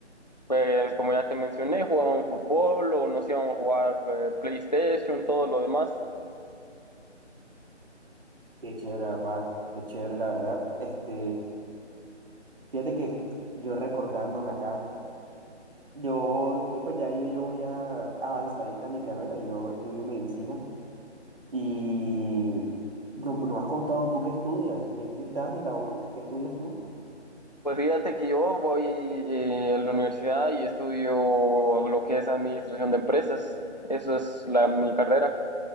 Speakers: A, on the left; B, on the right.
A: pues como ya te mencioné, jugaban fútbol o nos íbamos a jugar eh, PlayStation, todo lo demás.
B: Qué chévere, papá, qué chévere, la verdad. Este, fíjate que yo recordándome acá, yo, yo pues ya yo llevo ya avanzadita mi carrera, yo estudio medicina y no, no me has contado tú qué estudias. Me dijiste que estabas en la uni, ¿qué estudias tú?
A: Pues fíjate que yo voy eh, a la universidad y estudio lo que es administración de empresas. Eso es la, mi carrera.